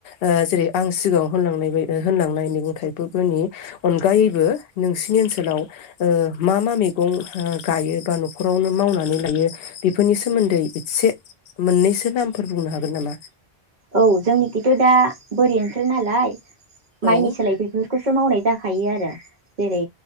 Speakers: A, on the left; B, on the right.
A: ओ जेरै आं सिगाङाव होनलांनाय बाय होनलांनाय मैगं थाइबोफोरनि अनगायैबो
B: औ
A: नोंसि नि ओनसोलाव ओ मा मा मैगं गायो बा न'खरावनो मावनानै लायो बेफोरनि सोमोन्दै इसे मोननैसो नामफोर बुंनो हागोन नामा?
B: औ जोंनिखिथ' दा बोरि ओनसोल नालाय माइनि
A: औ
B: सोलाय बेफोरखौसो मावनाय जाखायो आरो जेरै